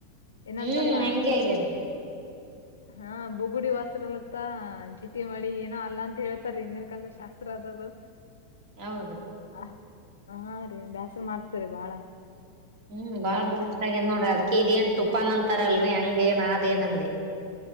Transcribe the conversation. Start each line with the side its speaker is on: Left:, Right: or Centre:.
Left: ಏನಂತರಲ್ಲಾ
Right: ಹ್ಮ್ ಹಂಗೆ ಆಗ್ಯದ್ರಿ
Left: ಹಾ ಬುಗುಡಿ ವಸ್ತ್ರಲ್ಲತ್ತ ಜಿಟಿ ಮಳಿ ಏನೋ ಅಲ್ಲಾ ಅಂತ ಹೇಳ್ತಾರ ಹಿಂದಿನ ಕಾಲದ ಶಾಸ್ತ್ರ ಅದದು.
Right: ಹೌದು.
Left: ಹ ಹಾ ರೀ ಬ್ಯಾಸರಾ ಮಾಡ್ತರಿ ಬಾಳ.
Right: ಹ್ಮ್ ಬಾಳ್ ಬ್ಯಾಸರ ಆಗೇ ನೋಡಿ ಅದಿಕ್ಕೇ ಇದೇನು ಟುಪನ್ ಅಂತಾರಲ್ರರಿ ಹಂಗ ಏನ್ ಆದ ಏನ ಅಂದೆ.